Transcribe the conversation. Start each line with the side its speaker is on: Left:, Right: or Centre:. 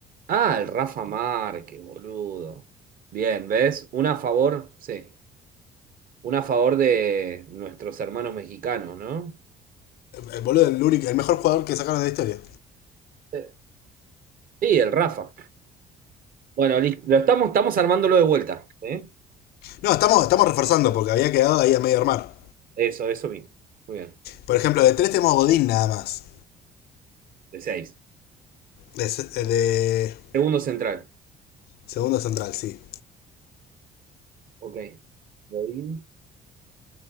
Right: Ah, el Rafa Márquez, boludo. Bien, ¿ves? Una a favor, sí. Una a favor de nuestros hermanos mexicanos, ¿no?
Left: eh, Boludo, el, único- el mejor jugador que sacaron de la historia.
Right: Sí. Sí, el Rafa. Bueno, li- lo estamos, estamos armándolo de vuelta. ¿eh?
Left: No, estamos, estamos reforzando porque había quedado ahí a medio armar.
Right: Eso, eso bien. Muy bien.
Left: Por ejemplo, de tres tenemos Godín nada más.
Right: De seis.
Left: De, de
Right: Segundo central.
Left: segundo central, sí.
Right: Ok. Godín.